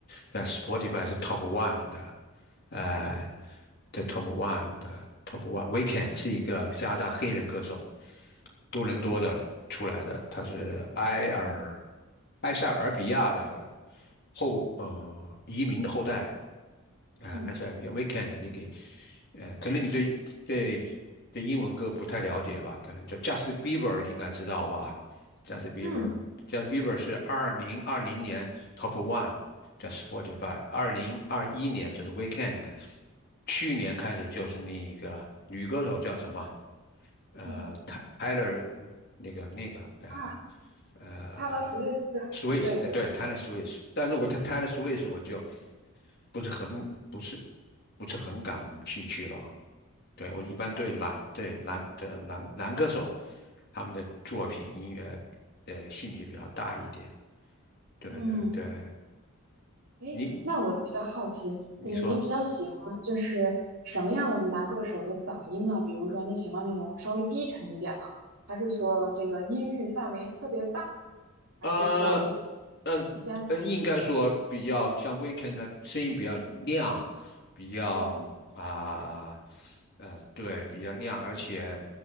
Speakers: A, on the left; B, on the right.
A: 在 Spotify 是 Top One 的，呃，在 Top One 的 Top One Weekend 是一个加拿大黑人歌手，多伦多的出来的，
B: 嗯
A: 他是埃尔埃塞俄比亚的后呃移民的后代，啊、
B: 嗯
A: 呃 SRV Weekend，你给呃，可能你对对对英文歌不太了解吧？可能叫 Justin Bieber，你应该知道吧？Justin Bieber，Justin
B: 嗯
A: Bieber 是二零二零年 Top One 在 Spotify，二零二一年就是 Weekend，去年开始就是那个女歌手叫什么？呃
B: 嗯。
A: t y y l e r 那个那个呃
B: 啊
A: 呃。
B: Hello s w i c h
A: Swiss，
B: 对对，
A: 哎，对，Taylor Swift，但如果他 Taylor Swift，我就不是很不是
B: 嗯
A: 不是很感兴趣了啊。对，我一般对男对男的男男歌手他们的作品音乐呃兴趣比较大一点。对对对，
B: 嗯，诶，
A: 你
B: 那我比较好奇，
A: 你说
B: 你你比较喜欢就是什么样的男歌手的嗓音呢？比如说你喜欢那种稍微低沉一点的，还是说这个音域范围特别大，还是说是
A: 呃呃呃，
B: 烟嗓？
A: 应该说比较像 Weekend，他声音比较亮，比较啊
B: 哦，
A: 呃，对，比较亮，而且。